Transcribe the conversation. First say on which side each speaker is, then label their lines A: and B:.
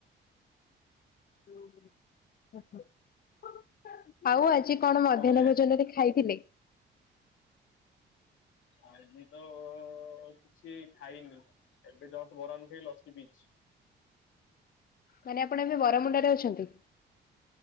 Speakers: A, on the left; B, on the left.
A: ଉଁ ହୁଁ। ଆଉ ଆଜି କଣ ମଧ୍ୟାହ୍ନ
B: କହିଲେ?
A: ଭୋଜନରେ ଖାଇଥିଲେ?
B: ଆଜି ତ କିଛି ଖାଇନି। ଏବେ ଜଷ୍ଟ୍ ବରାନୁ ଖାଇ ଲସି ପୀଇଚି।
A: ଭାଇନା ଆପଣ ଏବେ ବରମୁଣ୍ଡା ରେ ଅଛନ୍ତି?